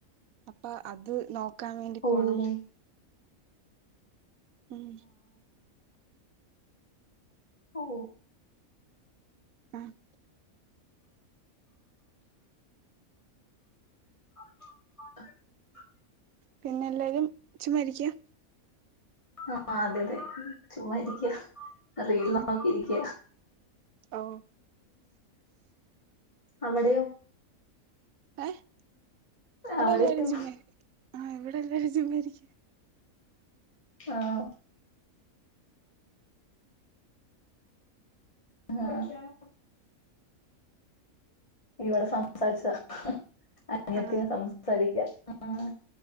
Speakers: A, on the right; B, on the left.
A: അപ്പൊ അത് നോക്കാൻ വേണ്ടി
B: ഓഹ്
A: പോണം ഉം
B: ഓ
A: ആഹ്
B: <unintelligible>
A: പിന്നെ എല്ലാരും ച മരിക്കാ
B: ആഹ് അതെ അതെ ചുമ്മാ ഇരിക്ക <unintelligible>
A: ആ
B: നോക്കി ഇരിക്ക
A: ഓ
B: അവിടെയോ
A: ഏഹ് ഇവിടെ
B: അവിടെയോ
A: എല്ലാരും ചുമ്മാ ഇരിക്കുവാ ആഹ് ഇവിടെ എല്ലാരും ചുമ്മാരിക്കുവാ
B: ആഹ് ആഹ് ഇവിടെ സംസാരിച്ച അനിയത്തി
A: ആ
B: സംസാരിക്കാ ആഹ്